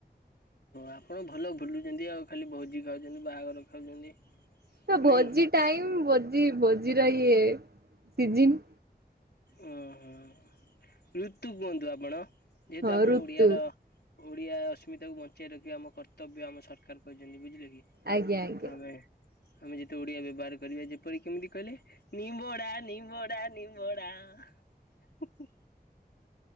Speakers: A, on the left; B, on the right.
A: ଆପଣ ଭଲ ଭୁଲୁଛନ୍ତି ଆଉ ଖାଲି ଭୋଜି ଖାଉଛନ୍ତି ବାହାଘର ଖାଉଛନ୍ତି।
B: ତ ଭୋଜି
A: ନାଇଁ
B: ଟାଇମ ଭୋଜି ଭୋଜିର ଇଏ ସିଜିନ୍।
A: ଓ ହଁ ଋତୁ କୁହନ୍ତୁ ଆପଣ ଯେହେତୁ
B: ହଁ
A: ଆପଣ
B: ଋତୁ
A: ଓଡିଆର ଓଡିଆ ଅସ୍ମିତାକୁ ବଞ୍ଚାଇ ରଖିବା ଆମ କର୍ତ୍ବ କର୍ତ୍ତବ୍ୟ ଆମ ସରକାର କହିଛନ୍ତି ବୁଝିଲେ କି
B: ଆଜ୍ଞା ଆଜ୍ଞା
A: ତ ଆମେ ଆମେ ଯେତେ ଓଡିଆ ବ୍ୟବହାର କରିବା ଯେପରି କେମିତି କହିଲେ ନିିମ୍ୱଡା ନିିମ୍ୱଡା ନିମ୍ବଡା। ଆ ହିଁ ହିଁ।